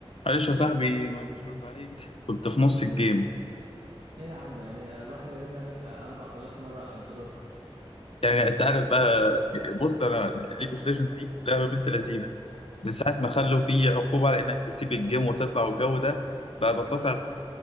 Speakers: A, on the left; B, on the right.
A: معلش يا صاحبي ما عرفتش ارد عليك كنت في نص الجيم
B: ايه يا عم يعني الواحد يرن عليك 4000 مرة عشان ترد
A: يعني انت عارف بقى بص انا ليج اوف ليجندز دي لعبه بنت لذينه من ساعه ما خلوا في عقوبه على انك تسيب الجيم وتطلع والجو ده بقى بطلع
B: اه